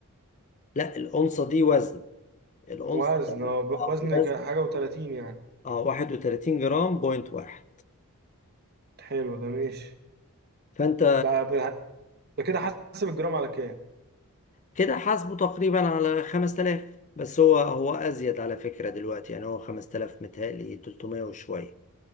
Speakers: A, on the left; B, on the right.
A: لا الأونصة دي وزن الأونصة
B: وزن
A: ده
B: آه، ب-
A: آه،
B: وزن
A: وزن
B: ك- حاجه و30 يعني
A: اه واحد وتلاتين جرام بوينت واحد
B: حلو ده ماشي
A: فأنت
B: ده ده كده حسب الجرام على كام
A: كده حاسبه تقريبا على خمس تلاف بس هو هو أزيد على فكرة دلوقتي يعني هو خمس تلاف متهيألي تلتمية وشوية